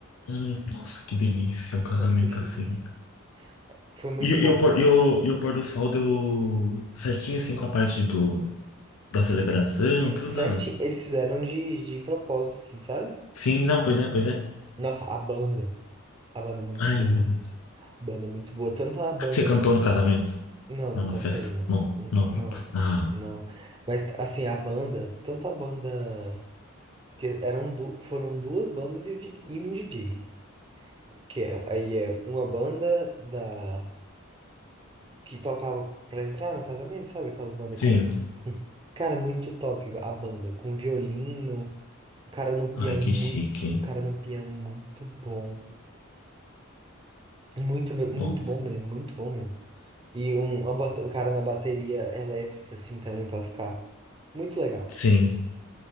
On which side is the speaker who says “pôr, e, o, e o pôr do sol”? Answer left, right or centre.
Left